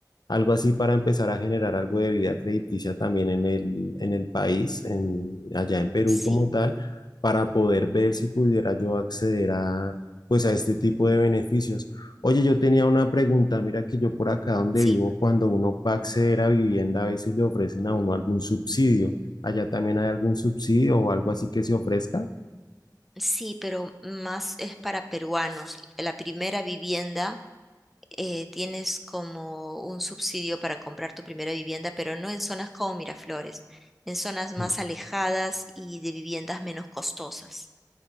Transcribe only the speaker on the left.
algo así para empezar a generar algo de vida crediticia también en el, en el país, en, allá en Perú
como tal, para poder ver si pudiera yo acceder a, pues a este tipo de beneficios. Oye, yo tenía una pregunta, mira que yo por acá donde
vivo, cuando uno va a acceder a vivienda, a veces le ofrecen a uno algún subsidio. ¿Allá también hay algún subsidio o algo así que se ofrezca?
Ok,